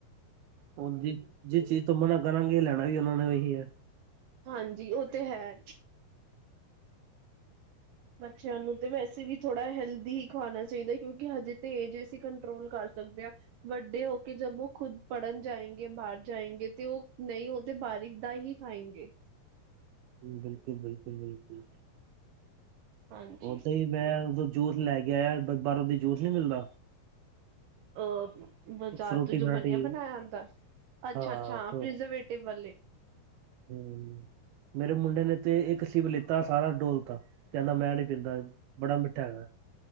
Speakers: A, on the right; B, on the right.
A: ਹੁਣ ਜ ਜਿਸ ਚੀਜ਼ ਤੋਂ ਮਨਾ ਕਰਾਂਗੇ ਲੈਣਾ ਵੀ ਉਨਾਂ ਨੇ ਉਹੀ ਐ।
B: ਹਾਂਜੀ ਓ ਤੇ ਹੈ। ਬੱਚਿਆਂ ਨੂੰ ਤੇ ਵੈਸੇ ਵੀ ਥੋੜ੍ਹਾ ਹੈਲਦੀ ਹੀ ਖਵਾਣਾ ਚਾਈਦਾ ਕਿਉਂਕਿ ਹਜੇ ਤਾਂ ਏਜ ਅਸੀਂ ਕੰਟਰੋਲ ਕਰ ਸਕਦੇ ਆਂ। ਵੱਡੇ ਹੋ ਕੇ ਜਦ ਓ ਖੁਦ ਪੜ੍ਹਨ ਜਾਏਗੇ ਬਾਰ ਜਾਏਗੇ ਤੇ ਓ ਨਈ ਓ ਤੇ ਬਾਰ ਕ ਦਾ ਹੀ। ਖਾਂਏਗੇ
A: ਬਿਲਕੁਲ-ਬਿਲਕੁਲ-ਬਿਲਕੁਲ
B: ਹਾਂਜੀ।
A: ਓ ਤੇ ਈ। ਮੈਂ ਉਦੋਂ ਜੂਸ ਲੈ ਕੇ ਆ ਬਾਰੋ ਦੀ ਜੂਸ ਨਈ ਮਿਲਦਾ।
B: ਅ ਬਾਜ਼ਾਰ
A: ਫਰੂਟੀ
B: ਤੋਂ ਜੋ
A: ਫਰਾਟੀ
B: ਬਣਿਆ ਬਣਾਇਆ ਆਂਦਾ ਅੱਛਾ-ਅੱਛਾ
A: ਹਾਂ ਫ-
B: ਪ੍ਰਜਰਵੇਟਿਵ ਵਲੇ
A: ਹੂੰ ਮੇਰੇ ਮੁੰਡੇ ਨੇ ਤੇ ਇੱਕ ਸ਼ਿਵ ਲਿੱਤਾ ਸਾਰਾ ਡੋਲਤਾ ਕੈਂਦਾ ਮੈਂ ਨੀ ਪੀਂਦਾ। ਬੜਾ ਮਿੱਠਾ ਹੈਗਾ